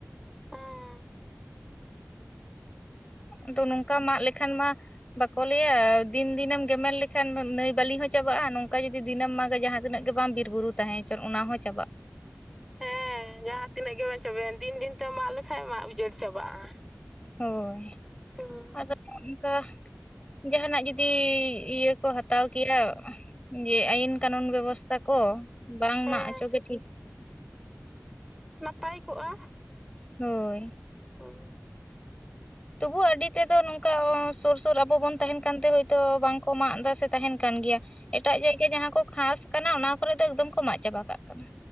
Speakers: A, in the centre; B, on the left.
A: ᱚᱻ
B: ᱟᱫᱚ ᱱᱚᱝᱠᱟ ᱢᱟᱜ ᱞᱮᱠᱷᱟᱱ ᱢᱟ ᱵᱟᱠᱚ ᱞᱟᱹᱭᱟ ᱫᱤᱱ ᱫᱤᱱᱮᱢ ᱜᱮᱢᱮᱨ ᱞᱮᱠᱷᱟᱱ ᱱᱟᱹᱭ ᱵᱟᱹᱞᱤ ᱦᱚᱸ ᱪᱟᱵᱟᱜᱼᱟ, ᱱᱚᱝᱠᱟ ᱡᱩᱫᱤ ᱫᱤᱱᱮᱢ ᱢᱟᱜᱟ ᱡᱟᱦᱟᱸ ᱛᱤᱱᱟᱹᱜ ᱜᱮ ᱵᱟᱝ ᱵᱤᱨ ᱵᱩᱨᱩ ᱛᱟᱦᱮᱸ ᱦᱚᱪᱚᱱ ᱚᱱᱟ ᱦᱚᱸ ᱪᱟᱵᱟᱜ
A: ᱦᱮᱸ ᱡᱟᱦᱟᱸ ᱛᱤᱱᱟᱹᱜ ᱜᱮ ᱵᱟᱝ ᱪᱟᱵᱟᱭᱮᱱ ᱫᱤᱱ ᱫᱤᱱ ᱛᱮ ᱢᱟᱜ ᱞᱮᱠᱷᱟᱡ ᱢᱟᱜ ᱩᱡᱟᱹᱲ ᱪᱟᱵᱟᱜᱼᱟ᱾
B: ᱦᱳᱭ
A: ᱦᱩᱸ
B: ᱟᱫᱚ ᱚᱱᱠᱟ ᱡᱟᱦᱟᱸᱱᱟᱜ ᱡᱩᱫᱤ ᱤᱭᱟᱹ ᱠᱚ ᱦᱟᱛᱟᱣ ᱠᱮᱭᱟ᱾ ᱡᱮ ᱟᱹᱭᱤᱱ ᱠᱟᱱᱩᱱ ᱵᱮᱵᱚᱥᱛᱷᱟ ᱠᱚ ᱵᱟᱝ
A: ᱦᱮᱸ
B: ᱢᱟᱜ ᱚᱪᱚ ᱜᱮ ᱴᱷᱤᱠ
A: ᱱᱟᱯᱟᱭ ᱠᱚᱜᱼᱟ᱾
B: ᱦᱳᱭ
A: ᱦᱩᱸ
B: ᱛᱚᱵᱩ ᱟᱰᱤ ᱛᱮᱫᱚ ᱱᱚᱝᱠᱟ ᱥᱩᱨ ᱥᱩᱨ ᱟᱵᱚ ᱵᱚᱱ ᱛᱟᱦᱮᱱ ᱠᱟᱱᱛᱮ ᱦᱭᱛᱚ ᱵᱟᱝᱠᱚ ᱢᱟᱜ ᱫᱟ ᱥᱮ ᱛᱟᱦᱮᱱ ᱠᱟᱱ ᱜᱮᱭᱟ᱾ ᱮᱴᱟᱜ ᱡᱟᱭᱜᱟ ᱡᱟᱦᱟᱸ ᱠᱚ ᱠᱷᱟᱥ ᱠᱟᱱᱟ ᱚᱱᱟ ᱠᱚᱨᱮᱜ ᱫᱚ ᱮᱠᱫᱚᱢ ᱠᱚ ᱢᱟᱜ ᱪᱟᱵᱟ ᱠᱟᱜ ᱠᱟᱱᱟ᱾